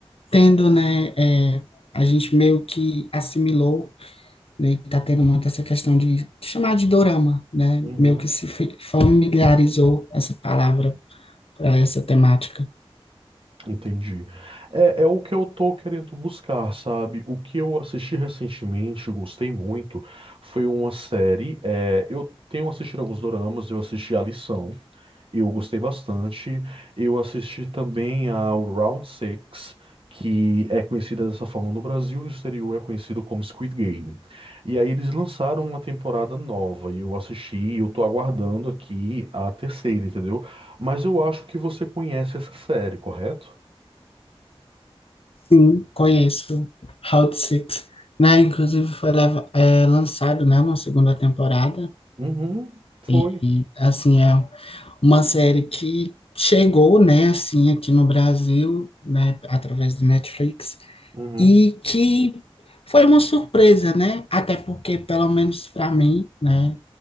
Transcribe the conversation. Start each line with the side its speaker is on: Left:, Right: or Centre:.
Left: tendo, né? É, a gente meio que assimilou, né? Tá tendo muito essa questão de chamar de dorama, né?
Right: Uhum.
Left: Meio que se fi- familiarizou essa palavra para essa temática.
Right: Entendi. É, é o que eu tô querendo buscar, sabe? O que eu assisti recentemente, gostei muito, foi uma série. é, eu tenho assistido alguns doramas, eu assisti A Lição. Eu gostei bastante. Eu assisti também ao Round Six, que é conhecida dessa forma no Brasil e no exterior é conhecido como Squid Game. E aí eles lançaram uma temporada nova e eu assisti, e eu tô aguardando aqui a terceira, entendeu? Mas eu acho que você conhece essa série, correto?
Left: Sim, conheço Hot Six, né? Inclusive foi leva- é, lançado, né, uma segunda temporada
Right: Uhum, foi.
Left: E, assim, é uma série que chegou, né, assim, aqui no Brasil, né, através do Netflix,
Right: Uhum,
Left: e que foi uma surpresa, né? Até porque, pelo menos para mim, né,